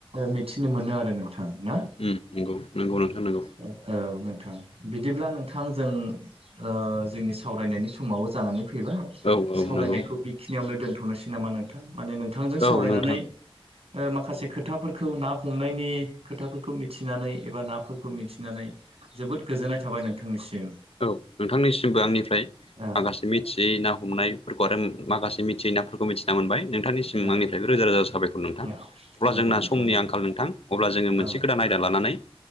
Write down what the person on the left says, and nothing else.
उम उम नंगौ नंगौ नोंथां नंगौ
औ
औ नंगौ
औ नोंथां
औ नोंथांनिसिमबो आंनिफ्राय
माखासे मिथियै ना हमनाय आरो माखासे मिथियि नाफोरखौ मिथिना मोनबाय नोंथांनिसिम
आंनिफ्रायबो रोजा रोजा साबायखर नोंथां
अब्ला
जोंना
समनि
आंखाल नोंथां अब्ला जोङो मोनसे
नाय लानानै